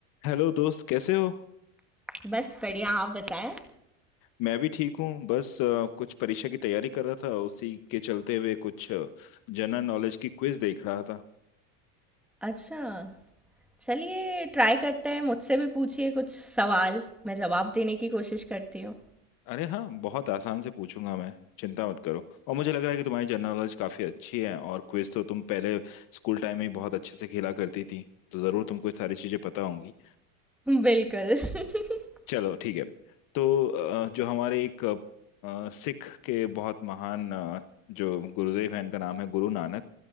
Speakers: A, on the left (about 50°); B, in the centre.
A: Hello दोस्त कैसे हो
B: बस बढ़िया आप बताएं
A: मैं भी ठीक हूँ बस अ, कुछ परीक्षा की तैयारी कर रहा था उसी के चलते हुए कुछ अ, जनरल नॉलेज की क्विज देख रहा था
B: अच्छा चलिए ट्राई करते हैं मुझसे भी पूछिए कुछ सवाल मैं जवाब देने की कोशिश करती हूँ
A: अरे हाँ बहुत आसान से पूछूंगा मैं चिंता मत करो और मुझे लग रहा है कि तुम्हारी जनरल नॉलेज काफी अच्छी है और क्विज तो तुम पहले स्कूल टाइम में ही बहुत अच्छे से खेला करती थी तो जरूर तुमको ये सारी चीजें पता होंगी
B: बिल्कुल <laughs>
A: चलो ठीक है तो अ, जो हमारे एक अ, अ, सिख के बहुत महान अ, जो गुरुदेव हैं इनका नाम है गुरु नानक